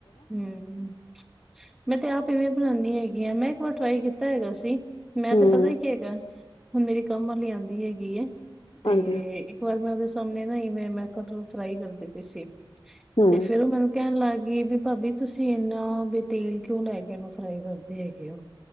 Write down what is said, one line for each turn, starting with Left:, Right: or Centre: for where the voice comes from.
Centre: ਹਮ ਮੈਂ ਤੇ ਆਪ ਇਵੇਂ ਬਣਾਉਨੀ ਹੈਗੀ ਆ ਮੈਂ ਇੱਕ ਵਾਰ ਟਰਾਈ ਕੀਤਾ ਹੈਗਾ ਸੀ
Left: ਹਮ
Centre: ਮੈਂ ਤੇ ਪਤਾ ਹੀ ਕੀ ਹੈਗਾ ਹੁਣ ਮੇਰੀ ਕੰਮ ਵਾਲੀ ਆਉਂਦੀ ਹੈਗੀ ਹੈ ਤੇ
Left: ਹਾਂਜੀ
Centre: ਇੱਕ ਵਾਰ ਮੈਂ ਉਹਦੇ ਸਾਹਮਣੇ ਨਾ ਏਹਵੇਂ ਮੈਂ ਕਟਰ ਫਰਾਈ ਕਰਦੀ ਪਈ ਸੀ
Left: ਹਮ
Centre: ਤੇ ਫੇਰ ਉਹ ਮੈਨੂੰ ਕਹਿਣ ਲੱਗ ਗਈ ਵੀ ਭਾਬੀ ਤੁਸੀਂ ਇੰਨਾ ਵੀ ਤੇਲ ਕਿਉਂ ਲੈ ਕੇ ਇਹਨੂੰ ਫਰਾਈ ਕਰਦੇ ਹੈਗੇ ਹੋ